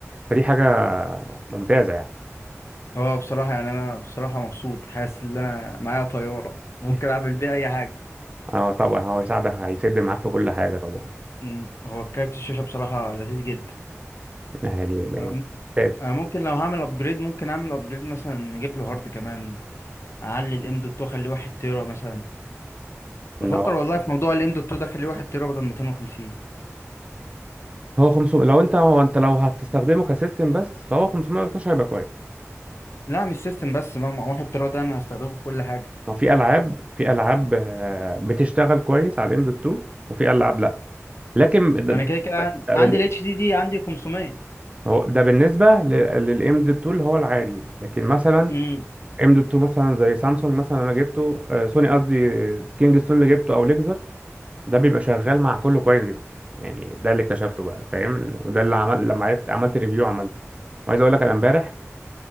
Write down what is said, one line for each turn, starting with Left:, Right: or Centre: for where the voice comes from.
Right: فدي حاجه ممتازه يعني
Left: اه بصراحة يعني انا بصراحة مبسوط حاسس ان انا معايا طيارة ممكن
Right: <laughs>
Left: اعمل بيها اي حاجة
Right: اه طبعا هو هيساعدك هيسد معاك في كل حاجه طبعا
Left: مم. هو كارت الشاشة بصراحة لذيذ جدا
Right: يعني
Left: انا
Right: ممتاز
Left: انا ممكن لو هعمل ابجريد ممكن اعمل ابجريد مثلا نجيب له هارد كمان اعلي الام دوت واخليه واحد تيرا مثلا
Right: ان
Left: بفكر
Right: هو
Left: والله في موضوع الام دوت 2 ده خليه 1 تيرا بدل 250
Right: هو 500 لو انت هو انت لو هتستخدمه كسيستم بس فهو 512 هيبقى كويس
Left: لا مش سيستم بس ما مع 1 تيرا ده انا هستخدمه في كل حاجه
Right: هو في العاب في العاب آه، بتشتغل كويس على الام دوت 2 وفي العاب لكن ده
Left: ما انا كده كده عن-
Right: ده
Left: عندي
Right: بالن-
Left: الاتش دي دي عندي 500
Right: هو ده بالنسبة للام دوت 2 اللي هو العادي لكن مثلا
Left: امم
Right: ام دوت 2 مثلا زي سامسونج مثلا انا جبته آه، سوني قصدي كينج ستون اللي جبته او ليكزر ده بيبقى شغال مع كله كويس جدا يعني ده اللي اكتشفته بقى فاهم وده اللي عمل لما عرفت عملت ريفيو عملته وعايز اقول لك انا امبارح